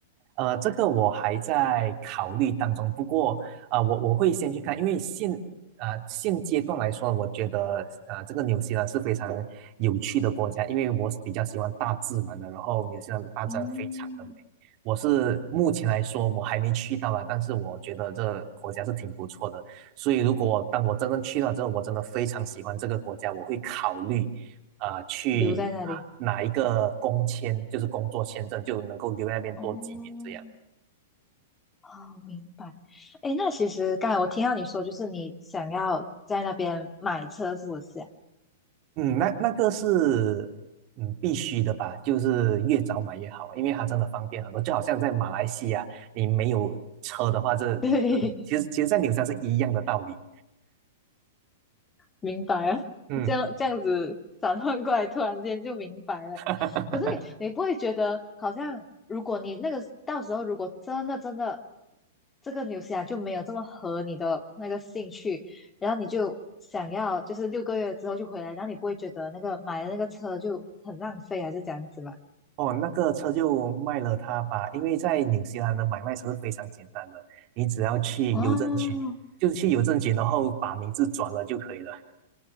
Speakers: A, on the right; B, on the left.
A: 呃，这个我还在考虑当中。不过，呃，我我会先去看，因为现啊、现阶段来说，我觉得呃这个纽西兰是非常有趣的国家，因为我是比较喜欢大自然的，然后纽西兰的大自然非常的美。
B: 嗯，
A: 我是目前来说我还没去到啦，但是我觉得这国家是挺不错的。所以如果我当我真正去到之后，我真的非常喜欢这个国家，我会考虑啊、呃去啊拿一个工签，
B: 留在那里。
A: 就是工作签证，就能够留在那边多几年这样。
B: 哦，哦，明白。诶，那其实刚才我听到你说，就是你想要在那边买车，是不是啊？
A: 嗯，那那个是嗯必须的吧，就是越早买越好，因为它真的方便很多。就好像在马来西亚，你没有车的话，这
B: <laughs> 对，
A: 其实其实，在纽西兰是一样的道理。
B: 明白了，
A: 嗯，
B: 这样这样子转换过来，突然间就明白了。
A: <laughs>
B: 可是你你不会觉得好像，如果你那个到时候如果真的真的这个纽西兰就没有这么合你的那个兴趣，然后你就想要就是六个月之后就回来，然后你不会觉得那个买的那个车就很浪费，还是这样子嘛？
A: 哦，那个车就卖了它吧，因为在纽西兰的买卖车是非常简单的，你只要去邮政局，
B: 哦，
A: 就是去邮政局，然后把名字转了就可以了，